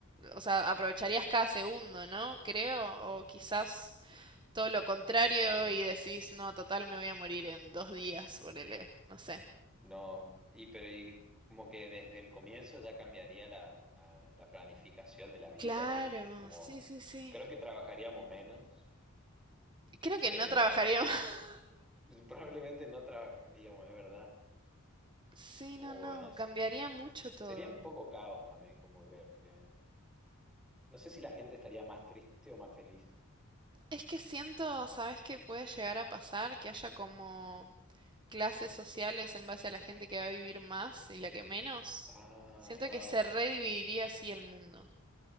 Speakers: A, on the right; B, in the centre.
A: o sea, aprovecharías cada segundo, ¿no? Creo, o quizás todo lo contrario
B: Sí.
A: y decís, no, total, me voy a morir en dos días, ponele, no sé.
B: No, y pero y como que desde el comienzo ya cambiaría la, la- la planificación de la vida,
A: Claro,
B: creo. Como
A: sí, sí, sí.
B: creo que trabajaríamos menos,
A: Creo
B: eh,
A: que no trabajaría más. <laughs>
B: <laughs> probablemente no trabajaríamos, es verdad.
A: Sí, no,
B: O
A: no,
B: no
A: cambiaría
B: sé,
A: mucho todo.
B: sería un poco caos también, como que eh, no sé si la gente estaría más triste o más feliz.
A: Es que siento, ¿sabes qué puede llegar a pasar? Que haya como clases sociales en base a la gente que va a vivir más y la que menos,
B: Ah,
A: siento
B: wow.
A: que se redividiría así el mundo.